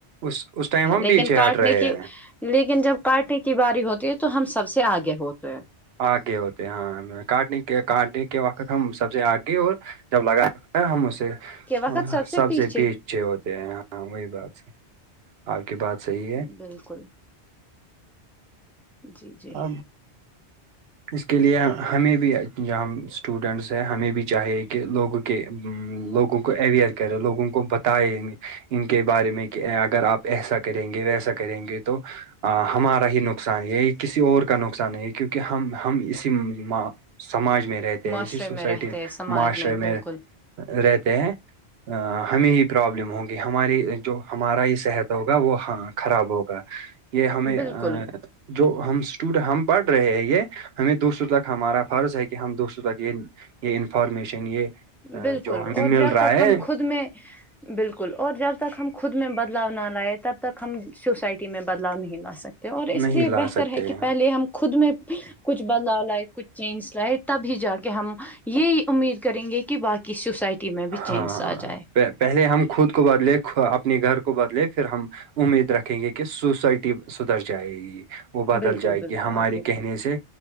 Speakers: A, on the right (about 65°); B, in the centre.
A: اس اس ٹائم ہم
B: لیکن
A: پیچھے
B: کاٹنے
A: ہٹ رہے
B: کی
A: ہیں
B: لیکن جب کاٹنے کی باری ہوتی ہے تو ہم سب سے آگے ہوتے ہیں
A: آگے ہوتے ہیں ہاں کاٹنے کے کاٹنے کے وقت ہم سب سے آگے اور جب لگا ہے ہم اسے
B: کے وقت
A: سب
B: پیچھے
A: سے بیچ اچھے ہوتے ہیں ہاں وہی بات ص آپ کی بات صحیح ہے
B: بالکل جی جی
A: ہ اس کے لیے ہمیں بھی ج ہم اسٹوڈینٹس ہیں ہمیں بھی چاہیے کہ لوگوں کہ لوگوں کو اویئر کرے لوگوں کو بتائے ان کے بارے میں کہ اگر آپ ایسا کریں گے ویسا کریں گے تو ہمارا ہی نقصان یہی کسی اور کا نقصان ہے ہے کیونکہ ہم ہم اسی سماج میں رہتے
B: معاشرے
A: ہیں اسی سوسائٹی
B: میں رہتے ہیں سماج
A: معاشرے
B: بالکل
A: میں رہتے ہیں ہمیں ہی پرابلم ہوگی ہماری جو ہمارا ہی صحت ہوگا وہ ہاں خراب ہوگا یہ ہمیں
B: بالکل
A: جو ہم اسٹوڈ ہم پڑھ رہے ہیں یہ ہمیں دوسروں تک ہمارا فرض ہے کہ ہم دوسروں تک یہ یہ انفارمیشن یہ آ،
B: بالکل
A: جو ہمیں
B: اور
A: مل
B: جب
A: رہا
B: تک
A: ہے
B: ہم خود میں بالکل اور جب تک ہم خود میں بدلاؤ نہ لائے تب تک ہم سوسائٹی میں بدلاؤ نہیں لا سکتے اور اس
A: نہیں
B: لیے
A: لا
B: بہتر
A: سکتے
B: ہے کہ
A: ہیں
B: پہلے ہم خود میں کچھ بدلاؤ لائے کچھ چینج لائے تبھی جا کے ہم یہی امید کریں گے کہ باقی ک سوسائٹی میں بھی
A: ہاںاں
B: چینج آ جائے
A: پہلے ہم خود کو بدلے اپنے گھر کو بدلے پھر ہم امید رکھیں گے کہ سوسائٹی سدھرر جائے گی وہ بدل
B: بالکل
A: جائے
B: بالکل
A: گی ہمارے
B: آپ کے
A: کہنے سے